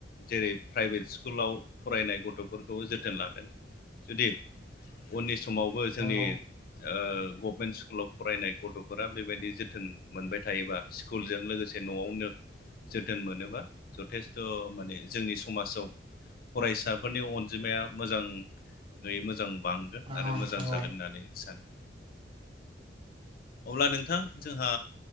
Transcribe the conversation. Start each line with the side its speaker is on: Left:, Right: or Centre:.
Left: जेरै प्राइभेट स्कुलाव फरायनाय गथ'फोरखौ जोथोन लादों। जुदि उननि समावबो जोंनि
Right: नंगौ
Left: ओ गभमेन्ट स्कुलाव फरायनाय गथ'फोरा बेबायदि जोथोन मोनबाय थायोबा स्कुलजों लोगोसे न'आवनो जोथोन मोनोबा जथेस्थ' माने जोंनि समाजाव फरायसाफोरनि अनजिमाया मोजां मोजाङै मोजां बांगोन
Right: नंगौ
Left: आरो
Right: नोंथां
Left: मोजां जागोन
Right: औ
Left: होननानै सानो। अब्ला नोंथां जोंहा